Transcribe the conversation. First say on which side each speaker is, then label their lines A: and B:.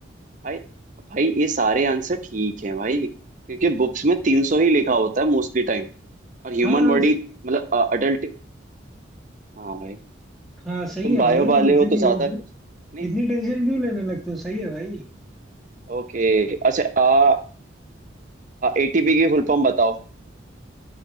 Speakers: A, on the right; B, in the centre.
A: भाई भाई ये सारे आंसर ठीक हैं भाई क्योंकि बुक्स में तीन सौ ही लिखा होता है मोस्टली टाइम और ह्यूमन
B: हाँ हाँ
A: बॉडी मतलब अडल्ट हाँ भाई
B: हाँ,
A: अब
B: सही
A: तुम
B: है
A: बायो
B: भाई
A: वाले
B: इतने
A: हो तो ज्यादा खुश नहीं
B: इतनी टेंशन क्यों लेने लगते हो सही है भाई
A: ओके अच्छा आ, एटीपी की फुल फॉर्म बताओ